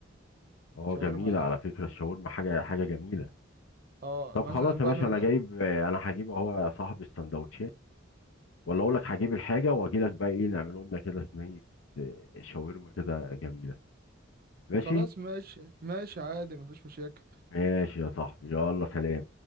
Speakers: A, on the left (about 85°); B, on the right (about 50°).
A: اه
B: شاورما
A: جميلة على فكرة الشاورما حاجة حاجة جميلة
B: اه
A: طب
B: مثلا
A: خلاص يا
B: بعمل
A: باشا انا جايب آه، انا هجيب اهو يا صاحبي السندوتشين ولا اقول لك هجيب الحاجة واجي لك بقى ايه نعمله لنا كده صينية آه، شاورما كده جميلة ماشي
B: خلاص ماشي ماشي عادي مفيش مشاكل
A: ماشي يا صاحبي يلا سلام